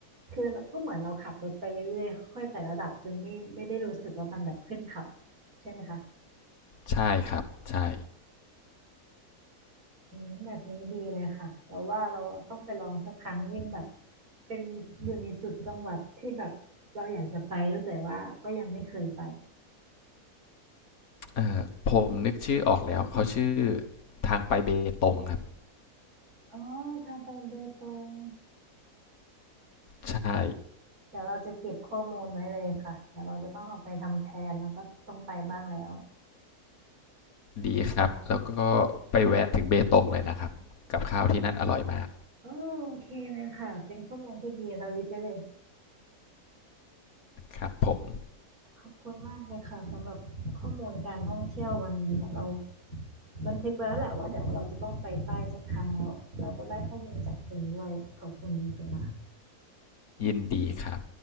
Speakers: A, on the right; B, on the left.
A: คือเราก็เหมือนเราขับรถไปเรื่อยๆค่อยแต่ระดับจนไม่ไม่ได้รู้สึกว่ามันแบบขึ้นเขาใช่ไหมคะ
B: ใช่ครับใช่
A: อืมแบบนี้ดีเลยค่ะเราว่าเราต้องไปลองสักครั้งยิ่งแบบเป็นอยู่ในจุดจังหวัดที่แบบเราอยากจะไปด้วยแต่ว่าก็ยังไม่เคยไป
B: เอ่อผมนึกชื่อออกแล้วเขาชื่อทางไปเบตงครับ
A: อ๋อทางไปเบตง
B: ใช่
A: เดี๋ยวเราจะเก็บข้อมูลไว้เลยค่ะเดี๋ยวเราจะต้องเอาไปทำแพลนแล้วก็ต้องไปบ้างแล้ว
B: ดีครับแล้วก็ไปแวะถึงเบตงเลยนะครับกับข้าวที่นั่นอร่อยมาก
A: โอโอเคเลยค่ะเป็นข้อมูลที่ดีเราลิสต์ไว้เลย
B: ครับผม
A: ขอบคุณมากเลยค่ะสำหรับข้อมูลการท่องเที่ยววันนี้เนี่ยเรา บันทึกไว้แล้วแหละว่าเดี๋ยวเราจะต้องไปใต้สักครั้งแล้วเราก็ได้ข้อมูลจากคุณด้วยขอบคุณจริงๆค่ะ
B: ยินดีครับ